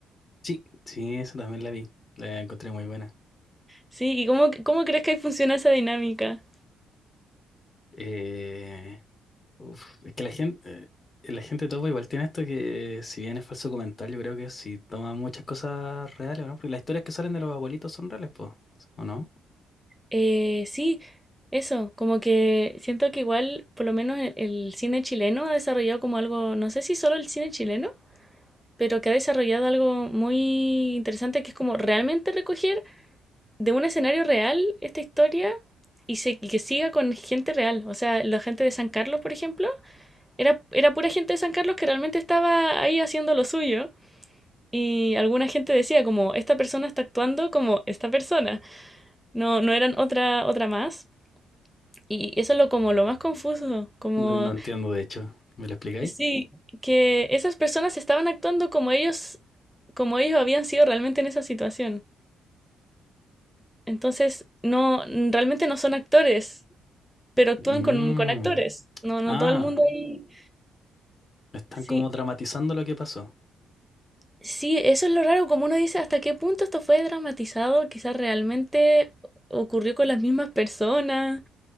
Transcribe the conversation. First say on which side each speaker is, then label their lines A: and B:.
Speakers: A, on the left; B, in the centre.
A: Sí, sí, esa también la vi. La encontré muy buena.
B: Sí, ¿y cómo, cómo crees que ahí funciona esa dinámica?
A: Eh, Uf, es que la gente, eh, la gente topa igual tiene esto que, eh, si bien es falso comentario, yo creo que sí toma muchas cosas reales, ¿o ¿no? Porque las historias que salen de los abuelitos son reales, pues, ¿o no?
B: Eh, sí, eso, como que siento que igual, por lo menos el, el cine chileno ha desarrollado como algo, no sé si solo el cine chileno, pero que ha desarrollado algo muy interesante que es como realmente recoger de un escenario real esta historia y, se, y que siga con gente real. O sea, la gente de San Carlos, por ejemplo, era, era pura gente de San Carlos que realmente estaba ahí haciendo lo suyo. Y alguna gente decía como, esta persona está actuando como esta persona. No, no eran otra, otra más. Y eso es lo, como lo más confuso. Como,
A: No no entiendo, de hecho. ¿Me lo explicáis?
B: sí, que esas personas estaban actuando como ellos, como ellos habían sido realmente en esa situación. Entonces, no, realmente no son actores, pero actúan
A: Mm.
B: con, con actores. No, no
A: Ah,
B: todo el mundo ahí.
A: están
B: Sí,
A: como dramatizando lo que pasó.
B: sí, eso es lo raro, como uno dice, hasta qué punto esto fue dramatizado, quizás realmente ocurrió con las mismas personas.